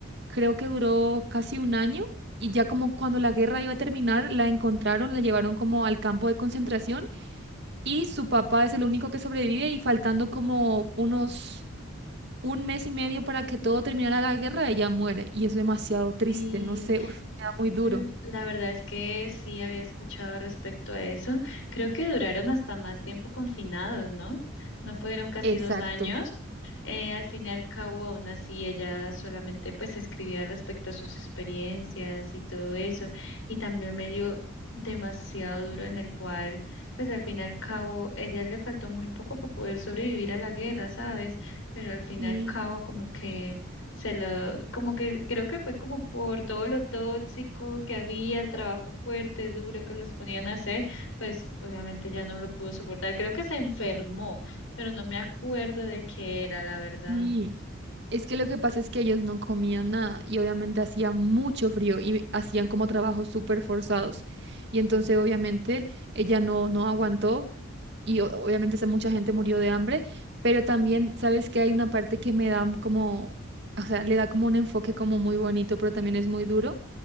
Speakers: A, on the right; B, on the left.
A: creo que duró casi un año. Y ya como cuando la guerra iba a terminar, la encontraron, la llevaron como al campo de concentración y su papá es el único que sobrevive y faltando como unos un mes y medio para que todo terminara la guerra, ella muere y es demasiado triste,
B: sí.
A: no sé, uf, me da muy duro.
B: L- La verdad es que sí había escuchado respecto a eso. Creo que duraron hasta más tiempo confinados, ¿no? No fueron casi
A: Exacto.
B: dos años. Eh, al fin y al cabo, aún así, ella solamente pues escribía respecto a sus experiencias y todo eso. Y también me dio demasiado duro en el cual, pues al fin y al cabo, ella le faltó muy poco para poder sobrevivir a la guerra, ¿sabes? Pero al fin
A: Sí,
B: y al cabo, como que se lo, como que creo que fue como por todo lo tóxico que había, el trabajo fuerte, duro que los ponían a hacer, pues obviamente ya no lo pudo soportar. Creo que se enfermó, pero no me acuerdo de qué era, la verdad.
A: sí. Es que lo que pasa es que ellos no comían nada y obviamente hacía mucho frío y hacían como trabajos súper forzados. Y entonces obviamente ella no, no aguantó y o- obviamente esa mucha gente murió de hambre, pero también sabes que hay una parte que me da como, o sea, le da como un enfoque como muy bonito, pero también es muy duro.